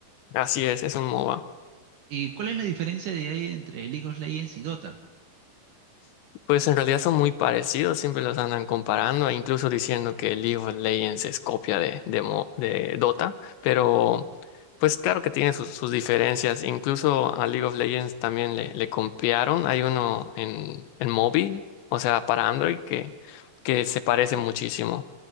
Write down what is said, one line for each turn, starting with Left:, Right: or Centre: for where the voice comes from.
Left: Así es, es un MOBA.
Right: ¿Y cuál es la diferencia de ahí entre League of Legends y Dota?
Left: Pues en realidad son muy parecidos, siempre los andan comparando e incluso diciendo que League of Legends es copia de, de, Mo- de Dota, pero pues claro que tiene sus, sus diferencias. Incluso a League of Legends también le, le copiaron. Hay uno en, en móvil, o sea, para Android, que, que se parece muchísimo